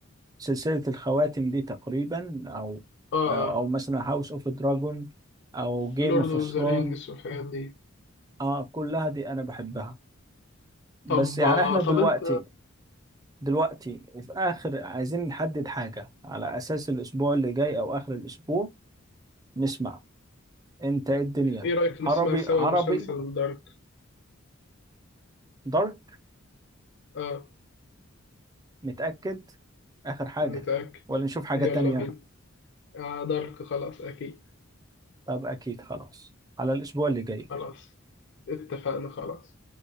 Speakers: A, on the right; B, on the left.
A: سلسلة الخواتم دي تقريبا او
B: آه
A: آه، او مثلا هاوس اوف دراجون او جيم
B: لورد
A: اوف
B: أوف
A: ثرون
B: ذا رينجز والحاجات دي
A: اه كلها دي انا بحبها بس
B: طب
A: يعني
B: آه
A: احنا
B: طب
A: دلوقتي
B: أنت
A: دلوقتي في آخر عايزين نحدد حاجة على أساس الأسبوع اللي جاي أو آخر الأسبوع نسمع أنت إيه الدنيا
B: إيه رأيك نسمع
A: عربي
B: سوا
A: عربي
B: مسلسل دارك
A: دارك
B: آه
A: نتأكد آخر حاجة
B: متأكد
A: ولا نشوف حاجة
B: يلا
A: تانية
B: بينا آه دارك خلاص أكيد
A: طب أكيد خلاص على الأسبوع اللي جاي
B: خلاص اتفقنا خلاص